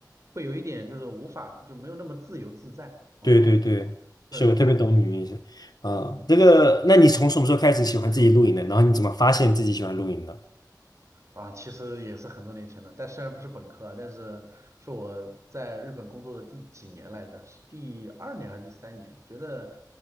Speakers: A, on the right (about 45°); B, on the left (about 60°).
A: 会有一点就是无法就没有那么自由自在啊，
B: 对对对，
A: 这个人的感觉，
B: 是我特别懂你的意思。嗯，
A: 嗯嗯。
B: 这个，那你从什么时候开始喜欢自己露营的？然后你怎么发现自己喜欢露营的？
A: 啊，其实也是很多年前了，但虽然不是本科啊，但是是我在日本工作的第几年来着？是第二年还是第三年？觉得，